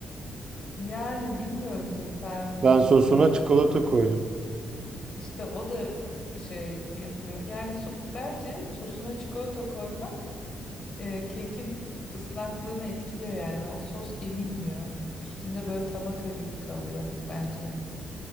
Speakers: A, on the left; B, on the right.
A: Yani bilmiyorum tabii tarifin
B: Ben
A: nasıldı.
B: sosuna çikolata koydum.
A: İşte o da şey yapıyor. Yani so- bence sosuna çikolata koymak e, kekin ıslaklığını etkiliyor yani. O sos emilmiyor. Üstünde böyle tabaka gibi kalıyor bence.